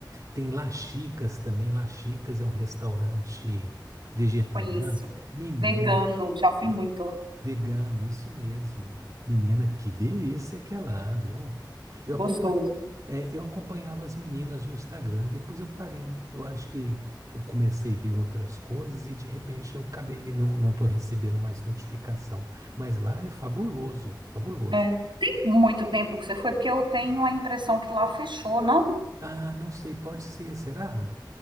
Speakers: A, on the right; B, on the right.
A: Tem Laxicas também. Laxicas é um restaurante vegetariano.
B: conheço.
A: Menina,
B: Vegano, já fui
A: ve-
B: muito lá.
A: vegano, isso mesmo. Menina, que delícia que é lá, viu? Eu
B: Gostoso.
A: acompanho, é, eu acompanhava as meninas no Instagram, depois eu parei. Eu acho que eu comecei a ver outras coisas e de repente eu acabei, não, não estou recebendo mais notificação. Mas lá é fabuloso, fabuloso.
B: É. Tem muito tempo que você foi, porque eu tenho a impressão que lá fechou, não?
A: Ah, não sei, pode ser, será?